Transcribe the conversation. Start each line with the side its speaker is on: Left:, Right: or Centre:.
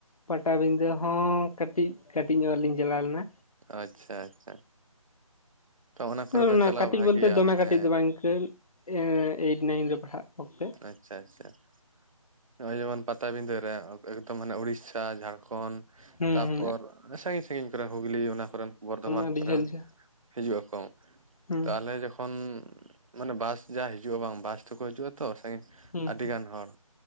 Left: ᱯᱟᱴᱟᱵᱤᱸᱫᱟᱹ ᱦᱚᱸ ᱠᱟᱹᱴᱤᱡ ᱠᱟᱹᱴᱤᱡ ᱧᱚᱜ ᱨᱮᱞᱤᱧ ᱪᱟᱞᱟᱣ ᱞᱮᱱᱟ
Right: ᱟᱪᱪᱷᱟ ᱟᱪᱪᱷᱟ ᱛᱚ ᱚᱱᱟ ᱠᱚᱨᱮ
Left: ᱦᱩᱸ
Right: ᱫᱚ
Left: ᱤᱱᱟᱹ
Right: ᱪᱟᱞᱟᱣ
Left: ᱠᱟᱹᱴᱤᱡ
Right: ᱵᱷᱟᱜᱮᱭᱟ
Left: ᱵᱚᱞᱛᱮ ᱫᱚᱢᱮ
Right: ᱢᱟᱱᱮ
Left: ᱠᱟᱹᱴᱤᱡ ᱫᱚ ᱵᱟᱝ ᱤᱱᱠᱟᱹ ᱮᱭᱤᱴ ᱱᱟᱭᱤᱱ ᱨᱮ ᱯᱟᱲᱦᱟᱜ ᱚᱠᱛᱮ
Right: ᱟᱪᱪᱷᱟ ᱟᱪᱪᱷᱟ ᱱᱚᱜ-ᱚᱭ ᱡᱮᱢᱚᱱ ᱯᱟᱛᱟᱵᱤᱸᱫᱟᱹ ᱨᱮ ᱮᱠᱫᱚᱢ ᱢᱟᱱᱮ ᱩᱲᱤᱥᱟ ᱡᱷᱟᱲᱠᱷᱚᱸᱰ
Left: ᱦᱩᱸ
Right: ᱛᱟᱨᱯᱚᱨ
Left: ᱦᱩᱸ
Right: ᱥᱟᱺᱜᱤᱧ ᱥᱟᱺᱜᱤᱧ ᱠᱚᱨᱮᱱ ᱦᱩᱜᱽᱞᱤ ᱚᱱᱟ ᱠᱚᱨᱮᱱ ᱵᱚᱨᱫᱷᱚᱢᱟᱱ
Left: ᱟᱹᱰᱤ
Right: ᱠᱚᱨᱮᱱ
Left: ᱡᱷᱟᱹᱞ ᱡᱷᱟᱹᱞ
Right: ᱦᱤᱡᱩᱜ ᱟᱠᱚ
Left: ᱦᱩᱸ
Right: ᱛᱟᱦᱚᱞᱮ ᱡᱚᱠᱷᱚᱱ ᱢᱟᱱᱮ ᱵᱟᱥ ᱡᱟ ᱦᱤᱡᱩᱜ-ᱟ ᱵᱟᱝ ᱵᱟᱥ ᱛᱮᱠᱚ ᱦᱤᱡᱩᱜ-ᱟ ᱛᱚ ᱥᱟᱺᱜᱤᱧ
Left: ᱦᱩᱸ
Right: ᱟᱹᱰᱤᱜᱟᱱ ᱦᱚᱲ